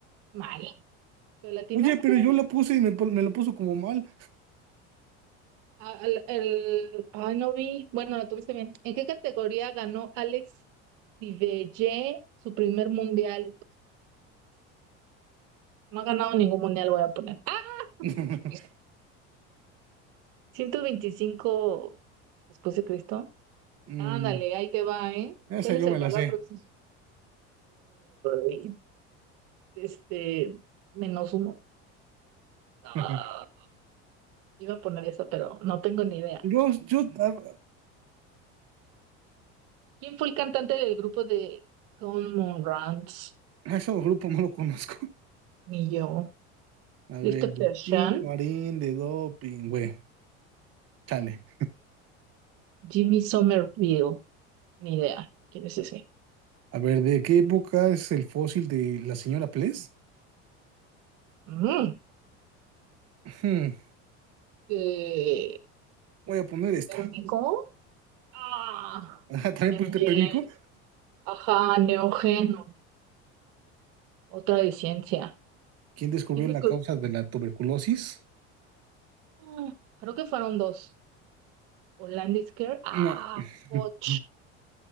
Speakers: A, on the right (about 65°); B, on the right (about 45°).
A: Mal. ¿Pero latinaste?
B: Oye, pero yo la puse y me, pon- me lo puso como mal.
A: Al, el... Ay, no vi. Bueno, la tuviste bien. ¿En qué categoría ganó Alex Divelle su primer mundial? No ha ganado ningún mundial, voy a poner. <laughs>
B: <laughs>
A: ciento veinticinco después de Cristo.
B: Mm,
A: Ándale, ahí te va, ¿eh?
B: esa
A: ¿Cuál
B: yo
A: es el
B: me la
A: valor
B: sé.
A: aproximado? Uy, este, menos uno. Ah,
B: <laughs>
A: iba a poner eso, pero no tengo ni idea.
B: Yo, yo, a,
A: ¿Quién fue el cantante del grupo de Common Runs?
B: a ese grupo no lo conozco. <laughs>
A: Ni yo.
B: A ver,
A: Christopher
B: de Tin,
A: Shan,
B: Marín, de Do, pingüe. Chale.
A: Jimmy Somerville. Ni idea. ¿Quién es ese?
B: A ver, ¿de qué época es el fósil de la señora Pless?
A: Mm.
B: Hmm,
A: Eh,
B: voy a poner esta.
A: ¿Térmico?
B: <laughs>
A: Ah,
B: Ajá, ¿También
A: Neogen.
B: pusiste pérmico?
A: Ajá, Neógeno. Otra de ciencia.
B: ¿Quién descubrió
A: ¿Quién los
B: la
A: co-
B: causa de la tuberculosis?
A: Ah, Creo que fueron dos. o Landis Care. Ah,
B: No. <laughs>
A: och,